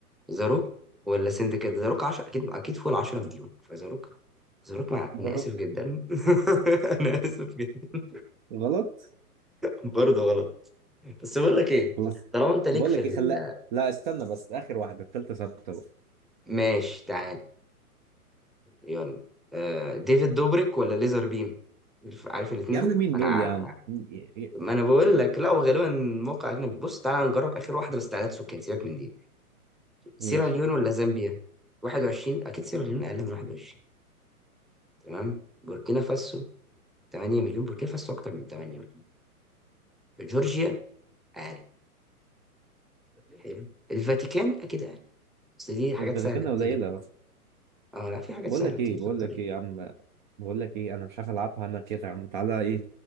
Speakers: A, in the centre; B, on the right.
A: زاروك ولا سندكات زاروك 10 اكيد اكيد فوق ال 10 مليون فزاروك زاروك مع...
B: ذا
A: انا
B: روك
A: اسف جدا <laughs> انا اسف جدا
B: غلط
A: برضه غلط بس بقول لك ايه
B: خلاص
A: طالما انت ليك
B: بقول
A: في
B: لك
A: ال...
B: ايه خلاق لا استنى بس اخر واحدة التالتة ثابتة بقى.
A: ماشي تعال يلا آه ديفيد دوبريك ولا ليزر بيم عارف الاتنين
B: يا
A: دول
B: عم مين
A: انا
B: دول يا عم ي- ي-
A: ما انا بقول لك لا هو غالبا موقع اجنبي بص تعالى نجرب اخر واحده بس تعالى سكان سيبك من دي سيراليون
B: ماشي
A: ولا زامبيا 21 اكيد سيراليون اقل من 21 تمام بوركينا فاسو 8 مليون بوركينا فاسو اكتر من 8 مليون جورجيا اقل حلو الفاتيكان اكيد اقل بس دي حاجات
B: الفاتيكان
A: سهله بتيجي
B: قليلة
A: اه لا في حاجات
B: بقول
A: سهله
B: لك
A: بتيجي
B: ايه
A: في
B: بقول
A: الطريق
B: لك ايه يا عم بقول لك ايه انا مش عارف العبها انا كده يا عم تعالى ايه